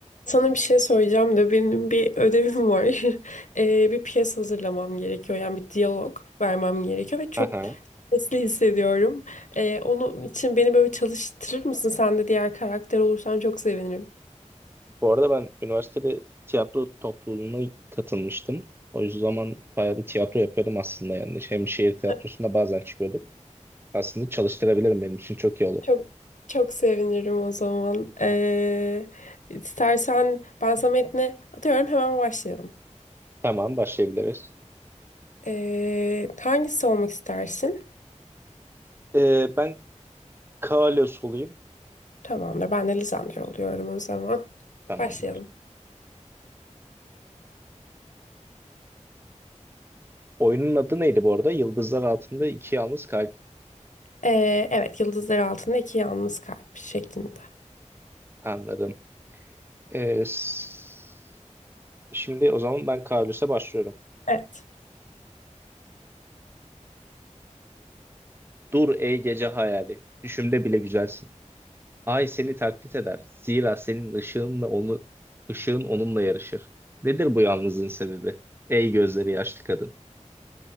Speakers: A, on the left (about 80°); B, on the right (about 20°).
A: Sana bir şey söyleyeceğim de benim bir ödevim var. <laughs> Ee, bir piyes hazırlamam gerekiyor. Yani bir diyalog vermem gerekiyor ve çok
B: Aha.
A: stresli hissediyorum. Ee, onun için beni böyle çalıştırır mısın? Sen de diğer karakter olursan çok sevinirim.
B: Bu arada ben üniversitede tiyatro topluluğuna katılmıştım. O yüzden zaman bayağı bir tiyatro yapıyordum aslında yani. Şey, Hem şehir tiyatrosunda
A: <laughs>
B: bazen çıkıyorduk. Aslında çalıştırabilirim benim için çok iyi olur.
A: Çok çok sevinirim o zaman. Ee, istersen ben sana metni atıyorum hemen başlayalım.
B: Tamam başlayabiliriz.
A: Ee, hangisi olmak istersin?
B: Ee, ben Kalos olayım.
A: Tamamdır. Ben de Lisandro oluyorum o zaman.
B: Tamam.
A: Başlayalım.
B: Oyunun adı neydi bu arada? Yıldızlar Altında İki Yalnız Kalp.
A: Ee, evet, yıldızlar altında iki yalnız kalp şeklinde.
B: Anladım. Ee, s- şimdi o zaman ben Kalos'a başlıyorum.
A: Evet.
B: Dur ey gece hayali. Düşümde bile güzelsin. Ay seni taklit eder. Zira senin ışığınla onu ışığın onunla yarışır. Nedir bu yalnızlığın sebebi? Ey gözleri yaşlı kadın.